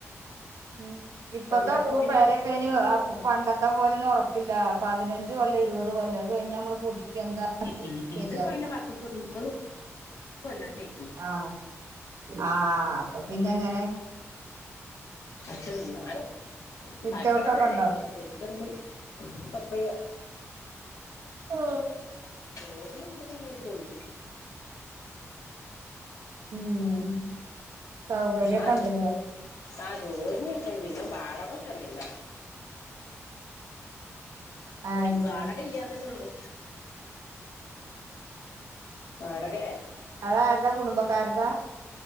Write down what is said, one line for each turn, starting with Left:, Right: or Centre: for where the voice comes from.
Right: ഉം ഇപ്പത്തെ
Left: ചുമരൊക്കെ പിന്നെ
Right: പെരേക്കെ അയിന് പണ്ടത്തെ പോലൊന്നും ഉറപ്പില്ല പതിനഞ്ച് കൊല്ലം ഇരുപത് കൊല്ലം അത് കഴിഞ്ഞാ നമ്മൾ പുതു ക്കെന്താന്നേച്ച
Left: ഇ ഇ
Right: ശരിയാക്കണം
Left: ഇതിപ്പോ പിന്നെ പത്ത് മുപ്പത് കൊല്ലാത്തേക്കും
Right: ആ ആ ആ അപ്പൊ പിന്നെ എങ്ങനെ
Left: പക്ഷ എന്നാലും
Right: സിറ്റ്
Left: പയകള
Right: ഔട്ട് ഒക്കെ
Left: പേരെണ്
Right: ഉണ്ടോ
Left: <unintelligible>
Right: ഓ
Left: ഓര് എന്തോന്നുള്ള ഒരിതുള്ളു
Right: ഉം സൗകര്യൊക്കെ
Left: ആ
Right: ഉണ്ടല്ലേ
Left: ആ ചോരുന്നു പിന്നെ വാടകൊന്നുഅല്ലല്ലോ
Right: അയന്നെ
Left: വാടക ഇല്യാനല്ലേഉള്ളു വാടകെ
Right: അത് അരുടെ കുടുംബകാരതാ.